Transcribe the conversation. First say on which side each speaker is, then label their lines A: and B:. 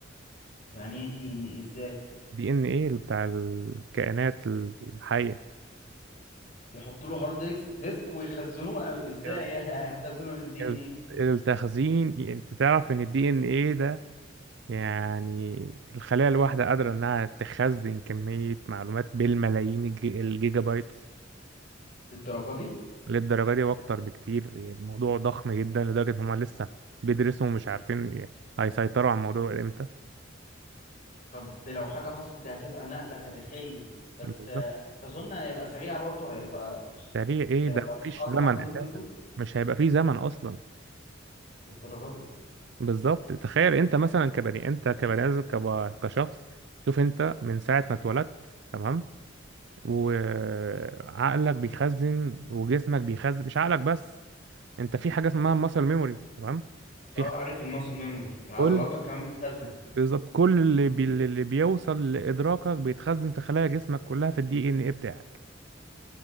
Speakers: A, on the left (about 45°); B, on the right (about 65°).
A: يعني ايه دي ان ازاي
B: دي ان ايه بتاع الكائنات الحية
A: يحط له هارد ديسك ديسك ويخزنوه أو ازاي
B: ال-
A: <laughs> يعني هيخزنوا الدي
B: ال-
A: ان ايه
B: التخزين يعني انت تعرف ان الدي ان ايه ده يعني الخلية الواحدة قادرة إنها تخزن كمية معلومات بالملايين الج- الجيجا بايتس
A: للدرجه دي
B: للدرجة دي وأكتر بكتير يعني الموضوع ضخم جدا لدرجة إن هما لسه بيدرسوا ومش عارفين ي- هيسيطروا على الموضوع إمتى
A: طب دي لو حاجه حصلت دي هتبقى نقله تاريخيه بس
B: بالظبط
A: آه، تظن هيبقى سريع برضه هيبقى
B: سريع إيه
A: هيبقى
B: ده مفيش
A: اسرع
B: زمن
A: من الام
B: أساسا
A: دوت 2
B: مش هيبقى فيه زمن أصلا
A: للدرجه دي؟
B: بالظبط تخيل أنت مثلا كبني أنت كبني آدم كب- كشخص شوف أنت من ساعة ما اتولدت تمام وعقلك بيخزن وجسمك بيخزن مش عقلك بس انت في حاجه اسمها ماسل ميموري تمام في
A: اه
B: ح-
A: عارف الماسل ميموري عضلاتك
B: كل
A: كمان بتخزن
B: بالظبط كل اللي, بي... اللي بيوصل لادراكك بيتخزن في خلايا جسمك كلها في الدي ان ايه بتاعك